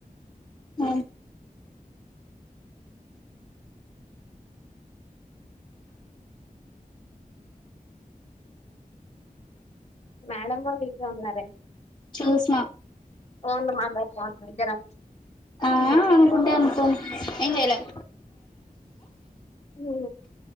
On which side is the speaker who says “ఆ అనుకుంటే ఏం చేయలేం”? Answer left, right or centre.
Left